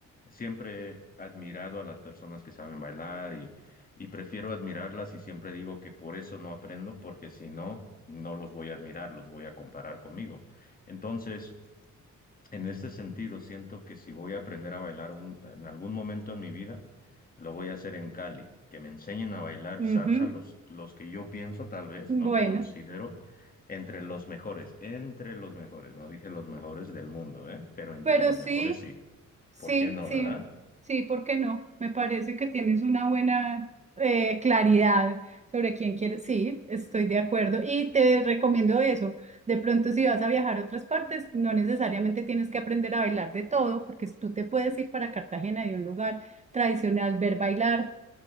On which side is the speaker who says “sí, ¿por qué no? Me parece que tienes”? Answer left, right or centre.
Right